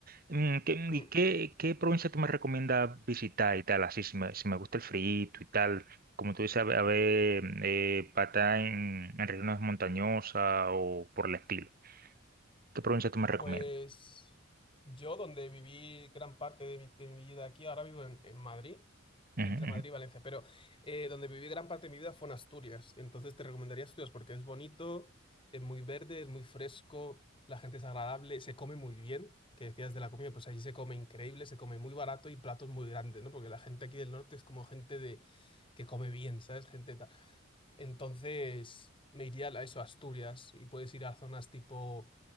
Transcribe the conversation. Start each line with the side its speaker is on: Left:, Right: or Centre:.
Right: Mm, ¿qué-
Left: mm,
Right: ¿Y qué, qué provincia tú me recomiendas visitar y tal? Así, si me, si me gusta el frío y tal, como tú dices, a ver, a ver, eh, para en, en regiones montañosas o por el estilo. ¿Qué provincia tú me recomiendas?
Left: Pues yo, donde viví gran parte de mi, de mi vida aquí, ahora vivo en, en Madrid,
Right: Ujú,
Left: entre Madrid
Right: ujú,
Left: y Valencia, pero eh, donde viví gran parte de mi vida fue en Asturias. Y entonces te recomendaría Asturias porque es bonito, es muy verde, es muy fresco, la gente es agradable, se come muy bien, que decías de la comida, pues allí se come increíble, se come muy barato y platos muy grandes, ¿no? Porque la gente aquí del norte es como gente de que come bien, ¿sabes? Gente tal. Entonces me iría a eso, a Asturias, y puedes ir a zonas tipo